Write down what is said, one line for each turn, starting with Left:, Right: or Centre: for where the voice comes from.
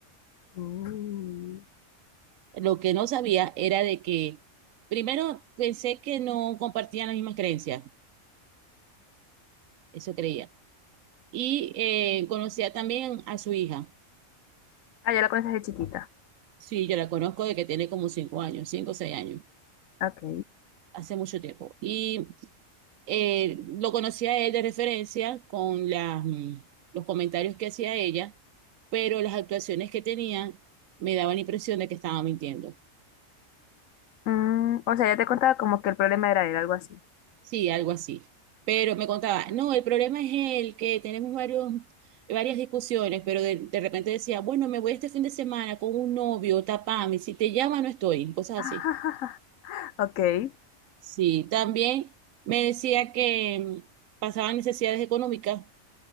Left: mm.
Right: Lo que no sabía era de que, primero, pensé que no compartían las mismas creencias, eso creía. Y eh, conocía también a su hija.
Left: Ah, ya la conoces de chiquita.
Right: Sí, yo la conozco de que tiene como cinco años, cinco o seis años,
Left: Ok.
Right: hace mucho tiempo. Y eh, lo conocía a él de referencia con las, mm, los comentarios que hacía ella, pero las actuaciones que tenía me daban la impresión de que estaba mintiendo.
Left: Mm, o sea, ya te contaba como que el problema era él, algo así.
Right: Sí, algo así. Pero me contaba, no, el problema es él, que tenemos varios, varias discusiones, pero de, de repente decía, bueno, me voy este fin de semana con un novio, tapame, si te llama no estoy, cosas
Left: <laughs>
Right: así.
Left: Ok.
Right: Sí, también me decía que mm, pasaban necesidades económicas